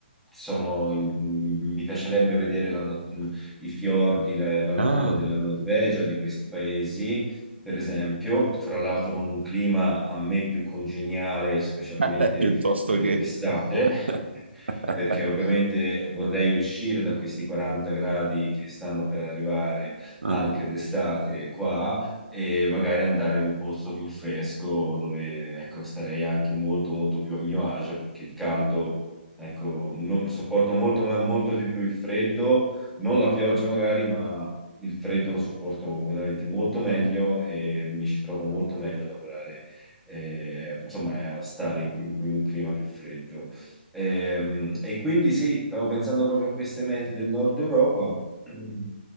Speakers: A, in the centre; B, on the right.
A: sono in- mh, mi piacerebbe vedere la no- mh, i fiordi, le- la natura
B: Ah,
A: della Norvegia, di questi paesi, per esempio, fra l'altro con un clima a me più congeniale, specialmente
B: <laughs> piuttosto
A: eh,
B: che...
A: d'estate,
B: <laughs>
A: perché ovviamente vorrei uscire da questi 40 gradi che stanno per arrivare
B: Mm.
A: anche d'estate qua e magari andare in un posto più fresco dove, ecco, starei anche molto, molto più a mio agio perché il caldo, ecco, no- sopporto molto, ma- molto di più il freddo, non la pioggia magari, ma il freddo lo sopporto veramente molto meglio e mi ci trovo molto meglio a lavorare. eh, insomma, a stare in, in un clima più freddo. Ehm, E, quindi sì, stavo pensando proprio a queste mete del nord Europa Mm.